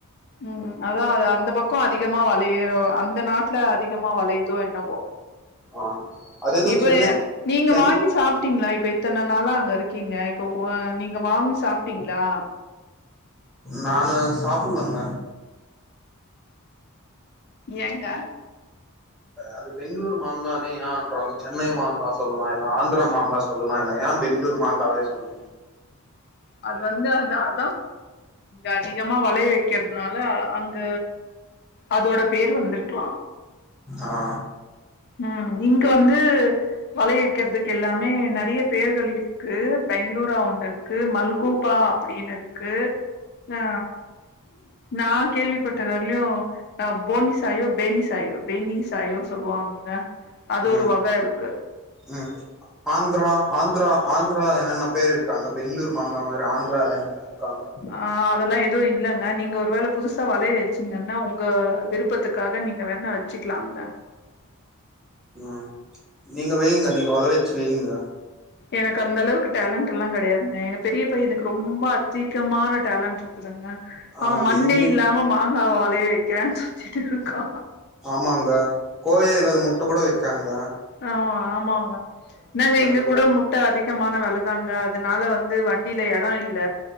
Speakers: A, on the left; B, in the centre.
A: ம் அதா அது அந்த பக்கோ அதிகமா வளையிதோ அந்த நாட்ல அதிகமா வளையுதோ என்னவோ
B: ஆ அதேதோ
A: இப்ப
B: சென்னை
A: நீங்க
B: சென்
A: வாங்கி சாப்ட்டீங்களா இப்ப இத்தன நாளா அங்க இருக்கீங்க இப்போ வா நீங்க வாங்கி சாப்ட்டீங்களா
B: நானு சாப்பிட்லங்க
A: ஏங்க
B: அது பெங்களூரு மாங்கனு ஏன்றாங்க சென்னை மாங்கா சொல்லலா இல்ல ஆந்திரா மாங்கா சொல்லலா இல்ல யா பெங்ளூரு மாங்காவே சொல்
A: அது வந்து அது அதாது அங்க அதிகமா வளைய வைக்கிறதுனால அங்க அதோட பேர் வந்திருக்கலா
B: ஆ
A: ம் இங்க வந்து வளை வக்கிறதுக்கெல்லாமே நெறய பேர்கள் இருக்கு பெங்களூரா ஒண்ணு இருக்கு மல்கூபா அப்டின்னு இருக்கு ஆ நா கேள்விப்பட்டது வறிலயு ஆ போனி சாயோ பேனிசாயோ பேனி சாயோ சொல்லுவாங்கங்க அது
B: ம்
A: ஒரு வக இருக்கு
B: ம் ஆந்திரா ஆந்திரா ஆந்திரா என்னென பேர் இருக்காங்க பெங்ளூர் மாங்கா மாதிரி ஆந்திரா என்னென்ன இருக்கா
A: ஆ அதெல்லா எதுவு இல்லங்க நீங்க ஒரு வேள புதுசா வளைய வச்சீங்கன்னா உங்க விருப்பத்துக்காக நீங்க வேணா வச்சுக்கலாங்க
B: ம் நீங்க வைங்க நீங்க வளய வச்சு வைங்க
A: எனக்கந்த அளவுக்கு டேலண்டட் எல்லா கிடையாதுங்க எங்க பெரிய பையனுக்கு ரொம்ப அதிகமான டேலண்ட்ருக் குதுங்க
B: ஆ
A: அவன் மண்ணே
B: இந்து
A: இல்லாம மாங்காவ வளய வைக்கிறேனு சுத்திட்டுருக்கா
B: ஆமாங்க கோய இல்லாது முட்ட கூட வைக்காங்க
A: ஆ ஆமாங்க நாங்க எங்க
B: தெரியாது
A: குடும்போ முட்டைஅதிகமான வெலதாங்க அதனால வந்து வண்டில எடோ இல் இல்ல